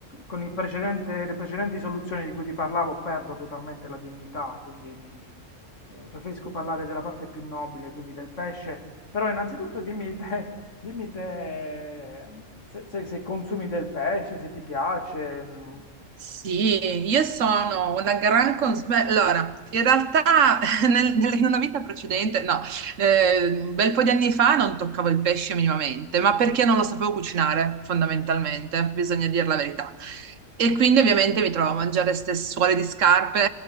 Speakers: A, on the left; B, on the right.
A: con il precedente- le precedenti soluzioni di cui ti parlavo perdo totalmente la dignità, quindi mi, eh, preferisco parlare della parte più nobile, quindi del pesce però innanzitutto dimmi te, dimmi te, mm, se, se- se consumi del pesce, se ti piace. mm.
B: Sì, io sono una gran consulenza. Allora, in realtà <laughs> nel- nel- in una vita precedente, no, eh, un bel po' di anni fa non toccavo il pesce minimamente, ma perché non lo sapevo cucinare, fondamentalmente,
A: Sì.
B: bisogna dire la verità. E quindi ovviamente mi trovo a mangiare ste suole di scarpe